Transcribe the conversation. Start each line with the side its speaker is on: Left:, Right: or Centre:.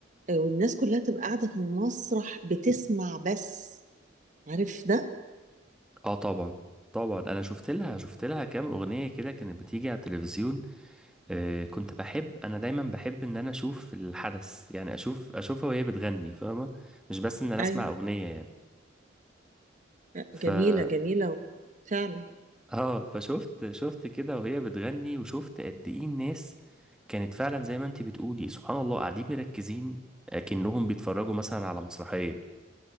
Right: آه، والناس كلها تبقى قاعده في المسرح بتسمع بس عارف ده؟
Centre: اه طبعا طبعا انا شفت لها شفت لها كام اغنيه كده كانت بتيجي على التلفزيون آه كنت بحب انا دايما بحب ان انا اشوف الحدث يعني اشوف اشوفها وهي بتغني فاهمه مش بس ان انا
Right: ايوه
Centre: اسمع اغنيه يعني ف
Right: جميلة
Centre: <laughs>
Right: جميلة فعلا
Centre: اه فشفت شفت كده وهي بتغني وشفت قد ايه الناس كانت فعلا زي ما انت بتقولي سبحان الله قاعدين مركزين اكنهم بيتفرجوا مثلا على مسرحيه